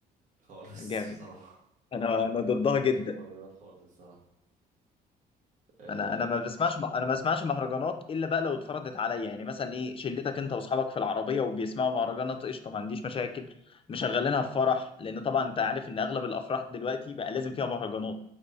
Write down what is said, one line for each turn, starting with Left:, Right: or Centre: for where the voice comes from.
Right: خالص
Left: جامد
Right: <laughs> صراحة
Left: انا انا ضدها
Right: ماليش
Left: جدا
Right: في المهرجانات خالص الصراحة آه،
Left: انا انا ما بسمعش انا ما بسمعش مهرجانات الا بقى لو اتفرضت عليا يعني مثلا ايه شلتك انت واصحابك في العربيه وبيسمعوا مهرجانات قشطه ما عنديش مشاكل مشغلينها في فرح لان طبعا انت عارف ان اغلب الافراح دلوقتي بقى لازم فيها مهرجانات